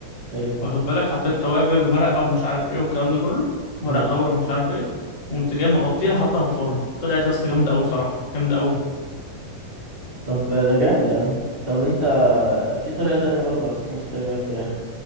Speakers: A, on the right (about 25°); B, on the left (about 40°).
A: حلو
B: واخد بالك حطيت توابل ومرقه ومش عارف ايه والكلام ده كله ورق
A: اه
B: لورا ومش عارف ايه وقمت جاي مغطيها حاطها في الفرن طلعت يا اسطى جامده قوي صراحه جامده قوي
A: طب ده جامد يا عم طب انت في طريقه تانية برضه على فكره ممكن تعمل بيها الفراخ